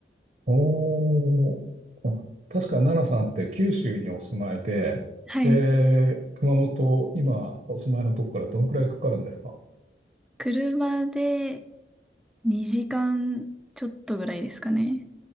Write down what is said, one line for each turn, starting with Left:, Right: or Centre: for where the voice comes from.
Right: おー、お確かナナさんって九州にお住まいで、
Centre: はい。
Right: で、熊本、今お住まいのとこからどのくらいかかるんですか
Centre: 車で2時間ちょっとぐらいですかね。